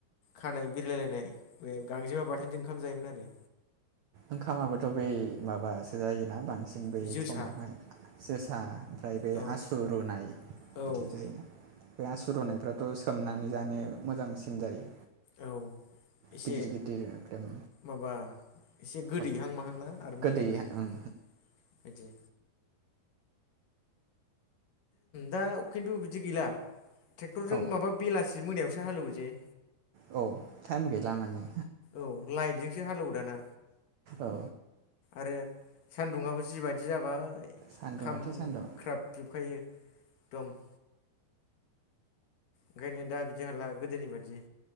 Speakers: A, on the left; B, on the right.
A: खानाय बिरलायलायनाय बे गांजेमा बाथोनजों ओंखाम जायोमोन आरो
B: ओंखामाबोथ' बै माबासो जायोना बांसिन बांसिन बै
A: जोसा
B: समावहाय जोसा ओमफ्राय बे
A: औ
B: आसु रुनाय
A: औ
B: बिदि जायोना बे आसु रुनायफ्राथ' सोमनानै जानो मोजांसिन जायो
A: औ एसे
B: गिदिर गिदिर एकदम
A: माबा एसे गोदैहां
B: औ
A: माहांना आरो
B: गोदै
A: मोदोमनायबो
B: ओं
A: बिदि दा खिन्थु बिदि गैला ट्रेक्टरजों
B: औ
A: माबा बेलासि जि मोनायावसो हालेवजे
B: औ टाइम गैला माने
A: औ लाइटजोंसो हालेवोदाना
B: औ
A: आरो सान्दुंङाबो जिबायदि जाबाय
B: सान्दुंआथ'
A: खामख्राब
B: सान्दुं
A: जोबखायो एकदम ओंखायनो दा बिदि हाला गोदोनि बायदि